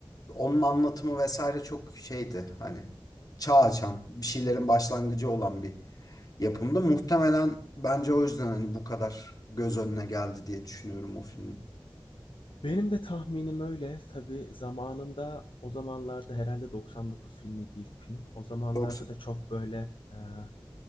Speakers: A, on the left; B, on the left.
A: onun anlatımı vesaire çok şeydi. Hani çağ açan, bir şeylerin başlangıcı olan bir yapımdı. Muhtemelen bence o yüzden hani bu kadar göz önüne geldi diye düşünüyorum o filmin.
B: Benim de tahminim öyle. Tabii zamanında o zamanlarda herhâlde 99 filmiydi ilk film. O zamanlarda
A: Doksan.
B: da çok böyle, eee,